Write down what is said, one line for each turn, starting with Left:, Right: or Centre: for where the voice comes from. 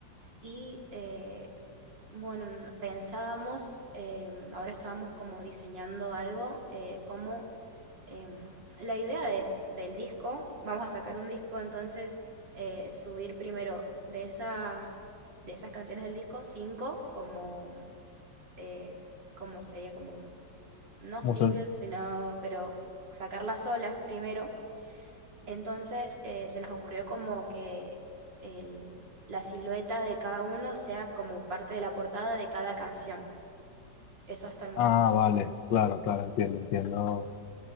Right: Y eh, bueno, n- pensábamos, em, ahora estábamos como diseñando algo, eh, como em, la idea es del disco, vamos a sacar un disco, entonces eh, subir primero de esas, de esas canciones del disco, cinco como... mm, eh, como sería como no
Left: Como
Right: singles,
Left: se-
Right: sino, pero sacarlas solas primero. Entonces eh, se nos ocurrió como que el- la silueta de cada uno sea como parte de la portada de cada canción. Eso hasta el momento.
Left: ah, vale, claro, claro, entiendo, entiendo.